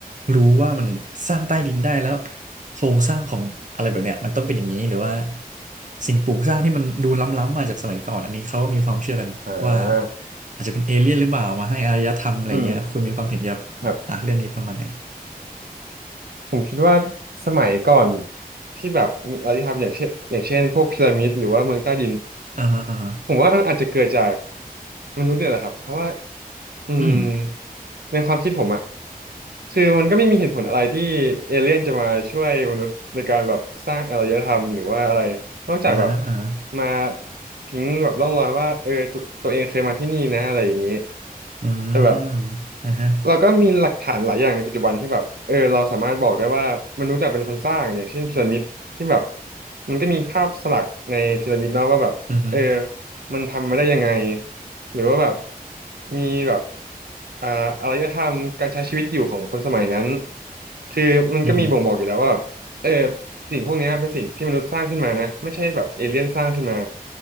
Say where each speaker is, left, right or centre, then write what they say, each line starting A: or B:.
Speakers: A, on the right; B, on the right.
A: รู้ว่ามันสร้างใต้ดินได้แล้วโครงสร้างของอะไรแบบเนี้ยมันต้องเป็นอย่างนี้หรือว่าสิ่งปลูกสร้างที่มันดูล้ำๆมาจากสมัยก่อนอันนี้เขาก็มีความเชื่อกันว่า
B: อ่า
A: อาจจะเป็นเอเลี่ยนหรือเปล่ามาให้อารยธรรมอะไรเงี้ยคุณมีความเห็นเกี่ยวกับอ่ะเรื่องนี้ประมาณไหน
B: อืมครับ ผมคิดว่าสมัยก่อนที่แบบมีอารยธรรมอย่างเช่นอย่างเช่นพวกพีระมิดหรือว่าเมืองใต้ดิน
A: อ่าฮะอ่าฮะ
B: ผมว่ามันอาจจะเกิดจากมนุษย์เนี่ยแหละครับเพราะว่าอืม
A: อืม
B: ในความคิดผมอะคือมันก็ไม่มีเหตุผลอะไรที่เอเลี่ยนจะมาช่วยมนุษย์ในการแบบสร้างอารยธรรมหรือว่าอะไรนอกจากแบบ
A: อ่าฮะอ่าฮะ
B: มาทิ้งแบบร่องรอยว่าเออตวตัวเองเคยมาที่นี่นะอะไรอย่างนี้
A: อื
B: แต่แบบ
A: มอ่าฮะ
B: เราก็มีหลักฐานหลายอย่างในปัจจุบันที่แบบเออเราสามารถบอกได้ว่ามนุษย์แบบเป็นคนสร้างอย่างเช่นพีระมิดที่แบบมันก็มีภาพสลักในพีระมิดเนาะว่าแบบเออ
A: อืมอฮึ
B: มันทำมาได้ยังไงหรือว่าแบบมีแบบอ่าอารยธรรมการใช้ชีวิตอยู่ของคนสมัยนั้นคือมันก็มีบ่งบอกอยู่แล้วว่าแบบเออ
A: อืมอฮึ
B: สิ่งพวกเนี้ยเป็นสิ่งที่มนุษย์สร้างขึ้นมานะไม่ใช่แบบเอเลี่ยนสร้างขึ้นมา